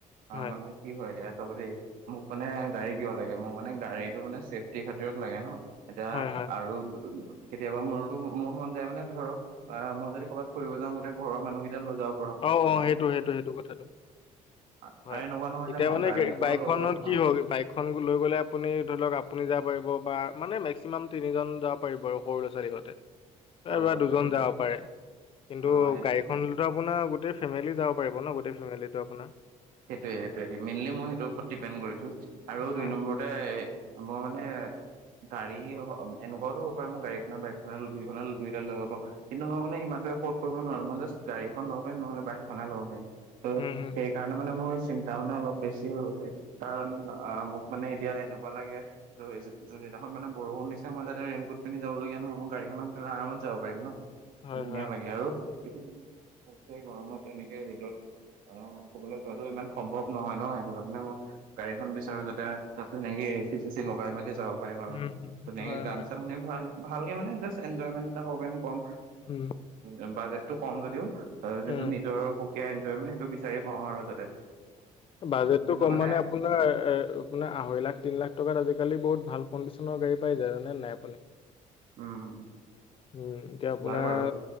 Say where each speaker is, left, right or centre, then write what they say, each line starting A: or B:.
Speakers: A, on the left; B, on the right.
A: হয়
B: মানে কি হয় দিয়া চাব দেই মোক মানে গাড়ী কিয় লাগে মোক মানে গাড়ীটো মানে চেফটিৰ খাতিৰত লাগে ন। এতিয়া
A: হয় হয়
B: আৰু উ কেতিয়াবা মোৰোতো মোৰ মন যায় মানে ধৰক আহ মই যদি ক'বাত ফৰিব যাওঁ গোতেই ঘৰৰ মানুকেইটা লৈ যাওঁ।
A: অ অ সেইটো সেইটো সেইটো কথাটো।
B: আৰু
A: হয়
B: এনেকুৱা নহয়
A: এতিয়া
B: যে মই
A: মানে
B: গাড়ী এখনো
A: বাইকখনত
B: ল'ব পাৰিম
A: কিহয়
B: অ
A: বাইক খন লৈ গ'লে আপুনি ধৰি লওক আপুনি যাব পাৰিব বা মানে মেক্সিমাম তিনিজন যাব পাৰিব আৰু সৰু ল'ৰা ছোৱালী সৈতে।
B: সৰু
A: আৰু বা
B: ল'ৰা
A: দুজন
B: ছোৱালীহঁতে
A: যাব পাৰে কিন্তু
B: অ সেইটোৱে
A: গাড়ীখন। আপোনাৰ গোটেই ফেমিলি যাব পাৰিব ন গোটেই ফেমিলিটো আপোনাৰ
B: সেইটোয়ে সেইটোৱে মেইনলি মই সেইটো ওপৰত ডিপেণ্ড কৰিছো আৰু
A: হা
B: দু নম্বৰ তে মই মানে গাড়ী অ এনেকুৱাও ত হব পাৰে মই গাড়ীখনে বাইকখনে দুই খনে দুই এটা লৈ ল'ব পাৰো কিন্তু মই মানে ইমানো এফৰ্ড কৰিব নোৱাৰো মই জাষ্ট গাডীখন লব পাৰিম নহ'লে বাইকখনহে ল'ব পাৰিম ত
A: উম হম
B: কাৰণে মানে মোৰ চিন্তা মানে অলপ বেছি হৈ গৈছে কাৰণ অ মোক মানে এতিয়া এনেকুৱা লাগে যোনদিনাখন মানে বৰষুণ দিছে মই যাতে ৰেইনকোট পিন্ধি যাবলগীয়া নহয় মই গাড়ীখনতে আৰামত যাব পাৰি ন
A: হয়
B: ধুনীয়া
A: হয়
B: লাগে আৰু এইটো যি টো গৰম পৰিছে গৰমত তেনেকে ভিতৰত আহ সকলোৱে যোৱাটো ইমান সম্ভৱ নহয় ন সেইটো কাৰণে মই গাড়ীখন বিচাৰো যাতে তাত ধুনীয়াকে এ চি চে চি লগাই মেলি যাওঁ পাৰিম আৰু
A: উম হুম,
B: ধুনীয়াকে
A: হয়
B: গান
A: হয়
B: চান শুনি ভাল ভালকে মানে জাষ্ট এঞ্জয়মেন্ট এটা কব পাৰিম কম
A: উম
B: উ বাজেটো কম যদিও
A: উম।
B: যোনটো নিজৰ সুকীয়া এঞ্জয়মেন্ট সেইটো বিচাৰি পাওঁ আৰু যাতে
A: বাজেটটো
B: যোনটো
A: কম
B: মানে
A: আপোনাৰ, আপোনাৰ আঢ়ৈ লাখ তিনি লাখ টকাত আজিকালি বহুত ভাল কণ্ডিচনৰ গাড়ী পাই যায় জানে নাই আপুনি
B: উম
A: উম এতিয়া আপোনাৰ
B: হয় বাৰু